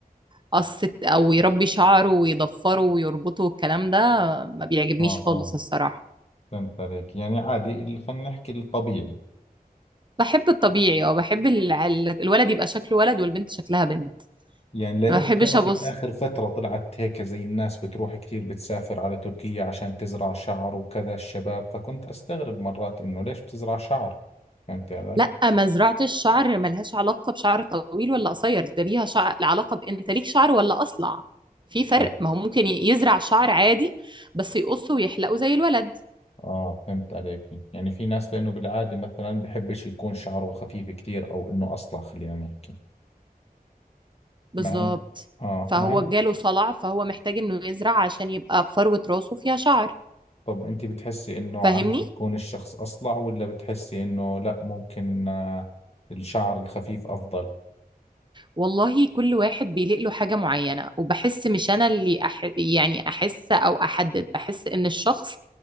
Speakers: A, on the right; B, on the left.
A: قصة أو يربي شعره ويضفره ويربطه والكلام ده ما بيعجبنيش
B: آه
A: خالص
B: آه
A: الصراحة
B: فهمت عليك يعني عادي خلينا نحكي الطبيعي
A: بحب الطبيعي أو بحب ال- ال- الولد يبقى شكله ولد والبنت شكلها بنت
B: يعني لأنه
A: ما بحبش
B: بتعرفي
A: أبص
B: آخر فترة طلعت هيك زي الناس بتروح كثير بتسافر على تركيا عشان تزرع شعر وكذا الشباب فكنت أستغرب مرات إنه ليش بتزرع شعر فهمتي علي؟
A: لا مزرعة الشعر ملهاش علاقة بشعر طويل ولا قصير ده ليها شعر علاقة بأنت ليك شعر ولا أصلع في فرق
B: آه
A: ما هو ممكن ي- يزرع شعر عادي بس يقصه ويحلقه زي الولد
B: آه فهمت عليك يعني في ناس لأنه بالعادة مثلا بحبش يكون شعره خفيف كثير أو إنه أصلع خلينا نحكي
A: بالظبط
B: مع إن آه
A: فهو
B: مع إن
A: جاله صلع فهو محتاج إنه يزرع عشان يبقى فروة راسه فيها شعر
B: طب أنت بتحسي إنه
A: فاهمني؟
B: عادي يكون الشخص أصلع ولا بتحسي إنه لا ممكن آه الشعر الخفيف أفضل؟
A: والله كل واحد بيليق له حاجة معينة وبحس مش أنا اللي أح... يعني أحس أو أحدد بحس إن الشخص